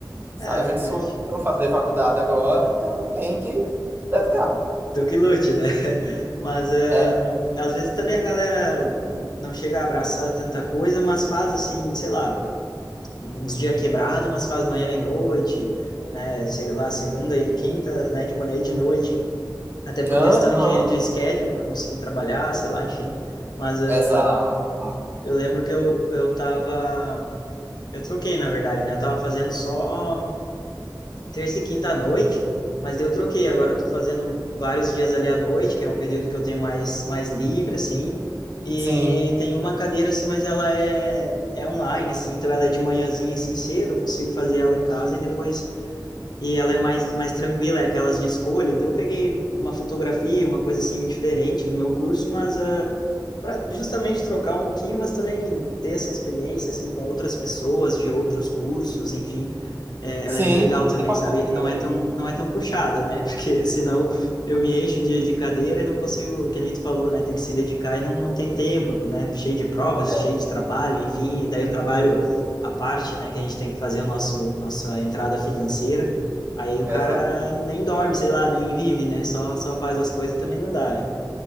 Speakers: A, on the right; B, on the left.
A: Sabe?
B: É
A: A
B: verdade.
A: gente escolheu fazer faculdade agora, então tem que se dedicar.
B: Tu que lute, né? <laughs> Mas ahn,
A: É,
B: às vezes também a galera não chega a abraçar tanta coisa, mas faz assim, sei lá, uns dias quebrado, mas faz manhã e noite, né? Sei lá, segunda e quinta, né? De manhã e de noite. Até por
A: aham,
B: questão de, de schedule para conseguir trabalhar, sei lá, enfim. Mas ah,
A: exato.
B: eu lembro que eu, eu tava. Eu troquei, na verdade, né? Eu tava fazendo só. terça e quinta à noite, mas daí eu troquei. Agora eu tô fazendo vários dias ali à noite, que é um período que eu tenho mais, mais livre, assim. E
A: Sim,
B: tem uma cadeira, assim, mas ela é, é online, assim, então ela é de manhãzinha, assim, cedo, eu consigo fazer ela em casa e depois... E ela é mais, mais tranquila, é aquelas de escolha. Então eu peguei uma fotografia, uma coisa, assim, diferente do meu curso, mas para justamente trocar um pouquinho, mas também ter essa experiência, assim, com outras pessoas de outros cursos, enfim. É,
A: sim.
B: ela é bem legal também, sabe? E Não
A: Também.
B: é tão, não é tão puxada, né? <laughs> Porque senão eu me encho de, de cadeira e não consigo, que nem tu falou, né? Tem que se dedicar e não, não tem tempo, né? Cheio de provas,
A: É,
B: cheio de trabalho, enfim. E daí o trabalho a parte, né? Que a gente tem que fazer o nosso, nossa entrada financeira. Aí o
A: exato.
B: cara nem dorme, sei lá, nem vive, né? Só, só faz as coisas também não dá, né?